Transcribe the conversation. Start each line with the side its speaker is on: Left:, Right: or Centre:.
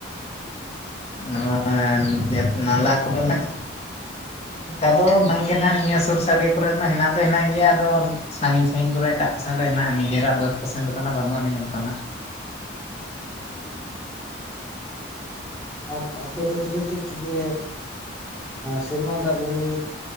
Left: ᱱᱚᱣᱟ ᱱᱟᱞᱟ ᱠᱚᱫᱚ ᱱᱟᱜ ᱟᱫᱚ ᱵᱟᱝᱜᱮ ᱱᱟᱜ ᱱᱤᱭᱟᱹ ᱥᱩᱨ ᱥᱟᱹᱨᱤᱭᱟᱹ ᱠᱚᱨᱮ ᱫᱚ ᱦᱮᱱᱟᱜ ᱫᱚ ᱦᱮᱱᱟᱜ ᱜᱮᱭᱟ ᱟᱫᱚ ᱥᱟᱺᱜᱤᱧ ᱥᱟᱺᱤᱧ ᱠᱚᱨᱮ ᱮᱴᱟᱜ ᱠᱚᱥᱮᱱ ᱨᱮ ᱦᱮᱱᱟᱜ-ᱟ ᱤᱡᱮᱨᱟᱜ ᱵᱟᱹᱫ ᱠᱚᱥᱮᱱ ᱨᱮᱫᱚ ᱱᱟᱜ ᱵᱟᱹᱱᱩᱜ-ᱟᱹ ᱱᱤᱡ ᱚᱱᱟᱜ
Centre: ᱟᱨ ᱟᱯᱮ ᱫᱚ ᱛᱚᱵᱮ ᱪᱮᱫ ᱛᱮᱯᱮ ᱥᱮᱨᱢᱟ ᱫᱟᱜ ᱡᱟᱹᱲᱤ